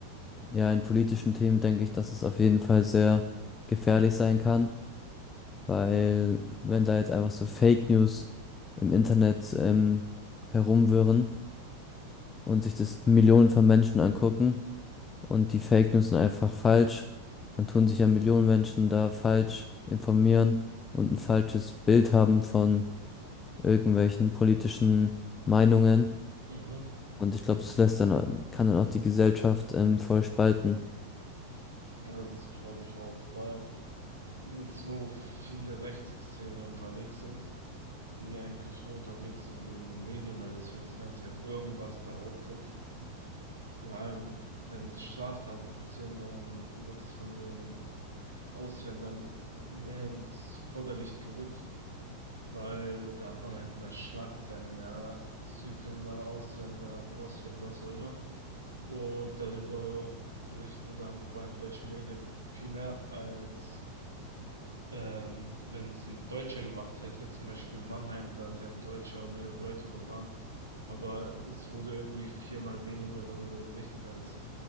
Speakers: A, on the left; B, on the right.
A: ja, in politischen Themen denke ich, dass es auf jeden Fall sehr gefährlich sein kann, weil wenn da jetzt einfach so Fake News im Internet ähm, herumwirren und sich das Millionen von Menschen angucken und die Fake News sind einfach falsch, dann tun sich ja Millionen Menschen da falsch informieren und ein falsches Bild haben von irgendwelchen politischen Meinungen.
B: Mhm.
A: Und ich glaube, das lässt dann, kann dann auch die Gesellschaft ähm, voll spalten.
B: Ja, das glaube ich auch, vor allem jetzt, wo viele Rechtsextreme unterwegs sind, die eigentlich nur unterwegs sind wegen den Medien, weil es wird die ganze Zeit irgendwas behauptet. Vor allem, wenn Straftaten passieren, dann wird es von den Ausländern mehr ins Vorderlicht gerückt, weil da hat man halt mehr Schlagzeilen, ja, Südländer, Ausländer, Moslem, was auch immer. Und darüber berichten dann vor allem deutsche Medien viel mehr als ähm, wenn es ein Deutscher gemacht hätte, zum Beispiel Mannheim, da hat ja ein Deutscher mehrere Leute überfahren, aber es wurde irgendwie viermal weniger darüber berichtet als